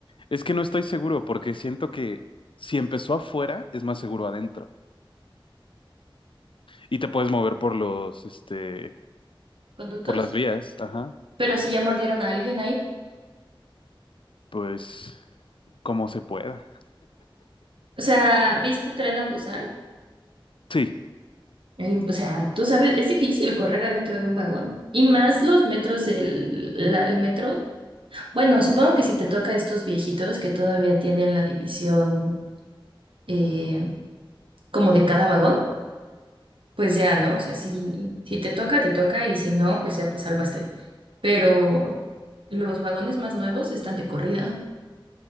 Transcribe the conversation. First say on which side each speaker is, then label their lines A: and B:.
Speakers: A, on the left; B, on the right.
A: Es que no estoy seguro porque siento que si empezó afuera es más seguro adentro. Y te puedes mover por los, este,
B: conductos.
A: por las vías, ajá.
B: Pero sí ya mordieron a alguien ahí.
A: Pues como se pueda.
B: O sea, ¿viste Tren a Busan?
A: Sí,
B: Eh, o sea, tú sabes, es difícil correr adentro de un vagón. Y más los metros del la- el metro. Bueno, supongo que si te toca estos viejitos que todavía tienen la división eh, como de cada vagón, pues ya, ¿no? O sea, si, si te toca, te toca, y si no, pues ya te salvaste. Pero los vagones más nuevos están de corrida.